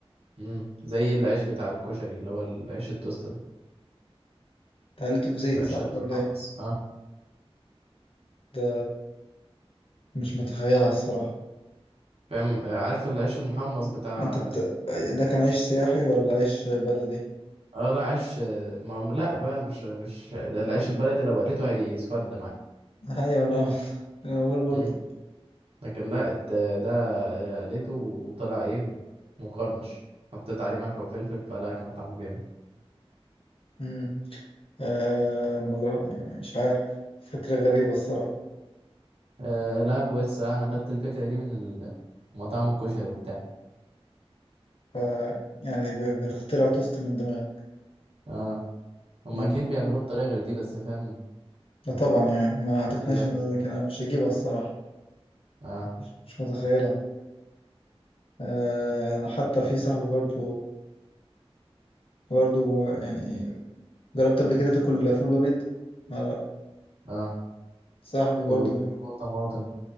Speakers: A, on the right (about 70°); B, on the left (about 60°).
A: امم زي العيش بتاع الكشري اللي هو العيش التوست ده
B: تعليته في زيت
A: العيش
B: صح
A: المحمص
B: ولا ايه؟
A: اه
B: ده مش متخيلها الصراحة
A: فاهم آه، عارف العيش المحمص بتاع
B: انت بت... ده كان عيش سياحي ولا عيش بلدي
A: اه لا عيش آه، ما هم لا بقى مش مش ده العيش البلدي لو قليته هيسود
B: ايوه انا <laughs> انا بقول برضه
A: معاك لكن لا الت- ده لقيته وطلع ايه مقرمش حطيت عليه ملح وفلفل فلا كان طعمه جامد
B: امم آه مجر... مش عارف فكرة غريبة الصراحة
A: آه لا كويس آه، انا خدت الفكرة دي من ال- مطاعم الكشري وبتاع
B: ف... يعني ب... بتخترع توست من دماغي
A: اه هم
B: امم
A: اكيد بيعملوه بطريقة غير دي بس فاهم
B: لا طبعا يعني ما اعتقدناش
A: دي اللي جات
B: ان
A: في
B: انا
A: دماغي
B: كده- مش هجيبها الصراحة
A: اه
B: مش مش متخيلها آه انا حتى في صاحبي برضه برضه يعني جربت قبل كده تاكل فول ببيت آه، لا
A: اه
B: صاحبي برضه
A: فول و- فول وطماطم